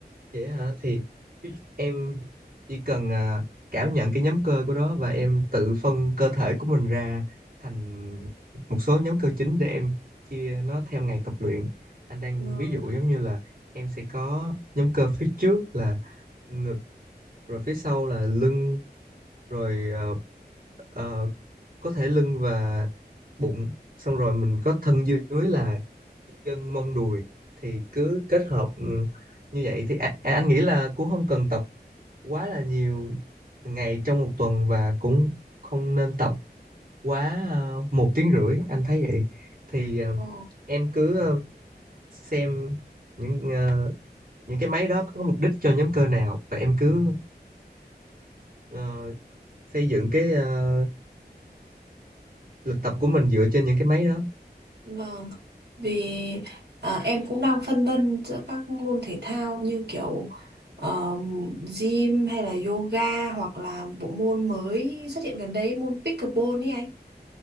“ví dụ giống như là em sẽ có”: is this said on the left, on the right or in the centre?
Right